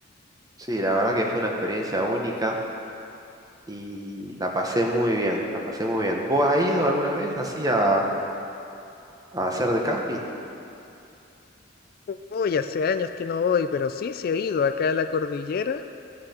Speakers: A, on the right; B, on the left.
A: Sí, la verdad que fue una experiencia única y la pasé muy bien, la pasé muy bien. ¿Vos has ido alguna vez así a, a hacer de camping?
B: Uy, hace años que no voy, pero sí, sí he ido acá a la cordillera.